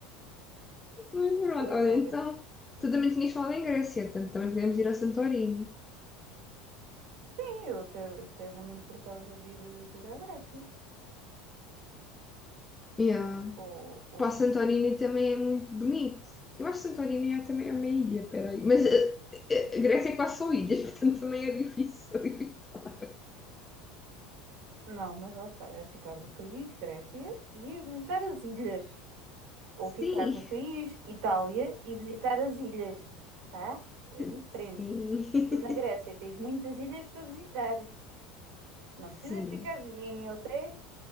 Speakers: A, on the left (about 15°); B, on the right (about 60°).
A: Mas pronto,
B: Pois
A: olha,
B: olha,
A: então tu também tinhas falado em Grécia, portanto também podemos ir ao Santorini.
B: sim, eu até, até não me importava de ir, eh, de ir à Grécia.
A: Yeah.
B: Ou, ou...
A: Pá, Santorini também é muito bonito. Eu acho que Santorini é, também é uma ilha, peraí. Mas eh, eh, eh, Grécia é quase só ilhas, <laughs> portanto também é difícil evitar.
B: Não, mas lá está, é ficar no país, Grécia, e ir visitar as ilhas. Ou
A: Sim,
B: ficar no país, Itália, e visitar as ilhas, tá?
A: <laughs>
B: É diferente.
A: sim,
B: E tu na Grécia tens muitas ilhas para visitar. Não
A: sim.
B: precisas ficar em hotéis,